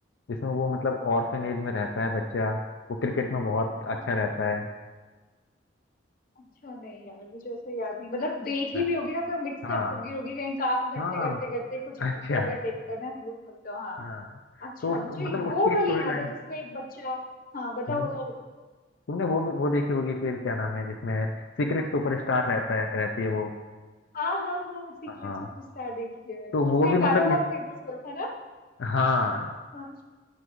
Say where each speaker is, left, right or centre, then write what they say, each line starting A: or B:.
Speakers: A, on the left; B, on the left.
A: जिसमें वो मतलब ऑर्फनेज में रहता है बच्चा वो क्रिकेट में बहुत अच्छा
B: हाँ
A: रहता है
B: अच्छा नहीं यार मुझे ऐसे याद नहीं मतलब देखी
A: अच्छा
B: भी होगी ना तो मिक्सअप
A: हाँ
B: होगी होगी कहीं काम करते
A: हाँ
B: करते करते कुछ करते
A: अच्छा
B: हुए देखते हैं ना हम लोग तो हाँ
A: हाँ
B: अच्छा
A: तो उस
B: मुझे
A: मतलब
B: वो
A: उसकी स्टोरी
B: वाली याद
A: लाइन
B: है जिसमें एक बच्चा हाँ बताओ
A: हम्म
B: बताओ
A: तुमने वो भी वो देखी होगी फिर क्या नाम है जिसमें सीक्रेट सुपरस्टार रहता है रहती है वो
B: हाँ हाँ हाँ सीक्रेट
A: हाँ
B: सुपरस्टार देखी है मैंने
A: तो वो
B: उसका
A: भी
B: एक
A: मतलब
B: गाना बहुत
A: इस
B: फेमस हुआ था ना
A: हाँ
B: कौन सा